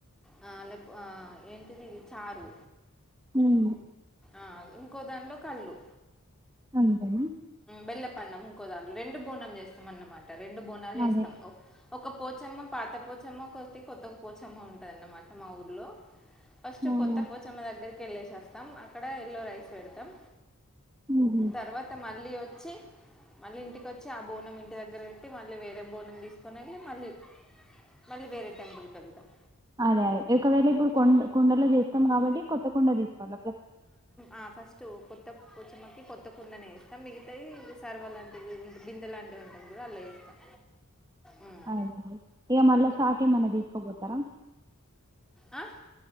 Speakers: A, in the centre; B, on the right.
A: అ ఆన్లకు ఏంటిది చారు
B: ఉం
A: ఆ ఇంకో దానిలో కల్లు
B: అంతే
A: బెల్లపన్నం ఇంకోదాంట్లో రెండు బోనం చేస్తాం అన్నమాట రెండు బోనాలు చేస్తాం
B: అదే
A: ఒక పోచమ్మ పాత పోచమ్మ కొత్త పోచమ్మ ఉంటది అన్నమాట మా ఊర్లో ఫస్ట్
B: ఆ
A: కొత్త పోచమ్మ దగ్గరికి వెళ్ళేసేస్తాం అక్కడ ఎల్లో రైస్ పెడతాం
B: ఉహు
A: తర్వాత మళ్ళీ వచ్చి మళ్ళీ ఇంటికి వచ్చి ఆ బోనం ఇంటి దగ్గర పెట్టి మళ్ళీ వేరే బోనం తీసుకుని వెళ్లి మళ్ళీ మళ్ళీ వేరే టెంపుల్కి వెళ్తాం
B: అదే అదే ఒకవేళ ఇప్పుడు కొండ కుండలో చేస్తాం కాబట్టి కొత్త కుండ తీసుకోవాలి
A: ఆ ఫస్ట్ కొత్త పోచమ్మకి కొత్త కుండనే వేస్తా మిగతాయి సరవా లాంటివి బిందె లాంటిది చూడ అలా వేస్తాం ఉమ్.
B: అ ఇక మళ్ళా సా ఇంకా ఏమన్నా తీసుకోపోతారా
A: ఆ